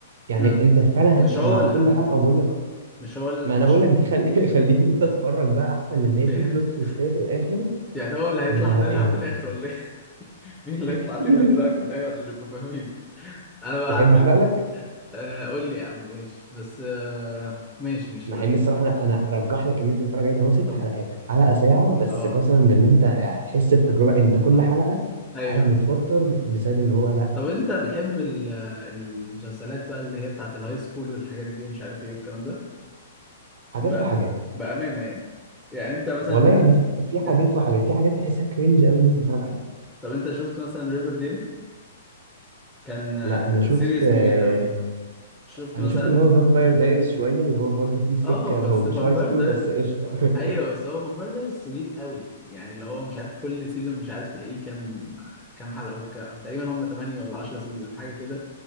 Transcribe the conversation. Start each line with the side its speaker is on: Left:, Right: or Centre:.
Right: يعني
Centre: أمم
Right: انت فعلا
Centre: مش
Right: ه-
Centre: هو
Right: مع
Centre: اللي
Right: كل حلقة وبقول لك
Centre: مش هو اللي
Right: ما انا
Centre: مش
Right: بقول لك دي خلي... <laughs> خليك انت تتفرج بقى احسن لان هي
Centre: <laughs>
Right: في بلوت تويستات في الاخر
Centre: يعني هو اللي هيطلع
Right: انت ه-
Centre: طلها
Right: يعني
Centre: في الآخر ولا إيه؟ مين اللي
Right: <laughs>
Centre: هيطلع تلها دلوقتي في الاخر عشان نبقى فاهمين انا بقى
Right: تحب
Centre: عارفك
Right: احرق لك
Centre: آه قول لي يا عم ماشي بس آه ماشي ماشي
Right: مع
Centre: قول
Right: ان
Centre: لي
Right: الصراحه انا انا ارجح لك ان انت تتفرج عليه ده هو ست
Centre: طب
Right: حلقات الحلقه ساعه بس
Centre: اه
Right: قسما بالله انت هتحس التجربه انت كل
Centre: اه
Right: حلقه
Centre: ايوه
Right: قاعد متوتر بسبب ان هو لا
Centre: طب
Right: أنا-
Centre: انت بتحب ال- المسلسلات بقى اللي هي بتاعت الهاي سكول والحاجات دي ومش عارف ايه والكلام ده
Right: حاجات
Centre: بقى
Right: وحاجات
Centre: بأمانة يعني يعني انت مثلا
Right: والله يعني في في حاجات
Centre: آه،
Right: وحاجات في حاجات تحسها كرنج قوي ان انت تتفرج عليها
Centre: طب انت شفت مثلا ريفرديل كان
Right: لا انا شفت
Centre: سيريس
Right: آه،
Centre: كبير قوي شفت
Right: انا
Centre: مثلا
Right: شفت اللي هو فامباير دايريز شويه اللي هو برضه فيه سكه
Centre: اه
Right: هو
Centre: بس
Right: مش
Centre: فامباير
Right: هاي سكول
Centre: ده
Right: بس قشطه <laughs>
Centre: ايوه بس هو فامباير دايريز طويل قوي يعني اللي هو مش عارف كل سيزون مش عارف تلاقيه كام كام حلقه وك... تقريبا هم 8 ولا 10 سيزون حاجه كده